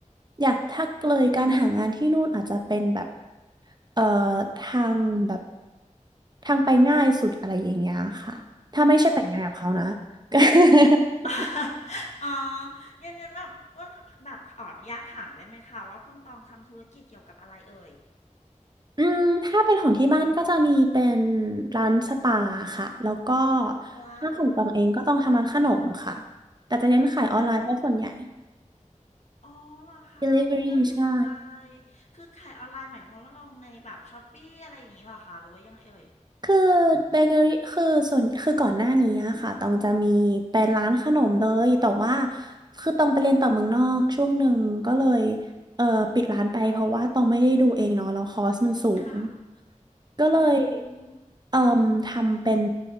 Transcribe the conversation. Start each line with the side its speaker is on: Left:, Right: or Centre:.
Right: อยากถ้าเลยการหางานที่นู่นอาจจะเป็นแบบเอ่อทางแบบทางไปง่ายสุดอะไรอย่างเงี้ยค่ะถ้าไม่ใช่แต่งงานกับเขานะ
Left: อืม
Right: <laughs>
Left: <laughs> อ๋องั้นงั้นแบบอ้วนแบบขออนุญาตถามได้ไหมคะว่าคุณตองทำธุรกิจเกี่ยวกับอะไรเอ่ย
Right: อืมถ้าเป็นของที่บ้านก็จะมีเป็นร้านสปาค่ะแล้วก็
Left: ว้า
Right: ถ้าของตองเองก็ต้องทำร้านขนมค่ะ
Left: ว
Right: แต่จะเน้นขายออนไลน์เพราะส่วนใหญ่
Left: ร้านอ๋อเหรอคะอุ้ยน่าสนใจ
Right: Delivery ใช่
Left: คือขายออนไลน์หมายความว่าลงในแบบช้อปปี้อะไรอย่างนี้เหรอคะหรือว่ายังไงเอ่ย
Right: คือเบเกอรี่คือส่วนคือก่อนหน้านี้อะค่ะตองจะมีเป็นร้านขนมเลยแต่ว่าคือตองไปเรียนต่อเมืองนอกช่วงหนึ่งก็เลยเออปิดร้านไปเพราะว่าตองไม่ได้ดูเองเนาะแล้วคอสมันสูง
Left: ค่ะ
Right: ก็เลย
Left: อืม
Right: เอ่มทำเป็น